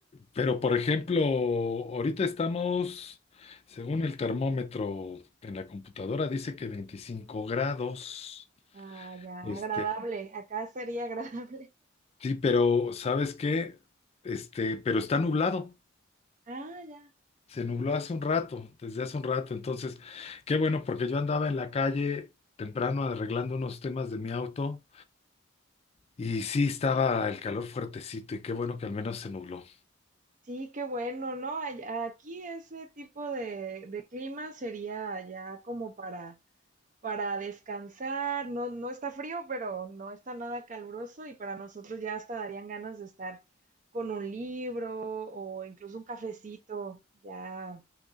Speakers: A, on the left; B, on the right.
A: pero por ejemplo, ahorita estamos, según el termómetro en la computadora, dice que 25 grados.
B: Ah, ya,
A: Este,
B: agradable, acá sería agradable.
A: Sí, pero ¿sabes qué? Este, pero está nublado.
B: Ah, ya.
A: Se nubló hace un rato, desde hace un rato. Entonces, qué bueno, porque yo andaba en la calle temprano arreglando unos temas de mi auto y sí estaba el calor fuertecito y qué bueno que al menos se nubló.
B: Sí, qué bueno, ¿no? Ay- Aquí ese tipo de, de clima sería ya como para, para descansar, no, no está frío, pero no está nada caluroso y para nosotros ya hasta darían ganas de estar con un libro o incluso un cafecito, ya.